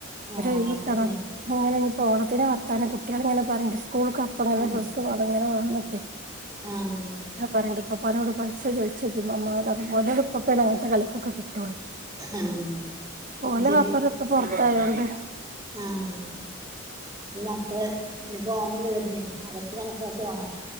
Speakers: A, on the right; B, on the right.
A: <unintelligible>
B: ആഹ് അതന്നെ
A: അങ്ങനെ ഓണത്തിന് വർത്താനം കുട്ടികളിങ്ങനെ പറണ്ട് സ്കൂൾ കപ്പ് അങ്ങനെ
B: ആഹ്
A: ഡ്രസ്സ് വണംങ്ങനൊണന്നൊക്കെ
B: ആഹ്
A: പറണ്ട് പപ്പാനോട് പൈസ ചോദിച്ചിരിക്കും മമ്മാനോടുപ്പാണ് അതുപോലെ അങ്ങൻത്തെ കളിക്കൊക്കെ കിട്ടാ <unintelligible>
B: ആഹ് അത്
A: ഓലെ
B: ശരി
A: വപ്പാരൊക്കെ പുറത്തായോണ്ട്
B: ആഹ് അപ്പൊ മക്കള് ഇനി പോണ ല്ലേ വരുന്ന് ആഗസ്റ്റിലാണ് ഇപ്രാവശ്യം ഓണം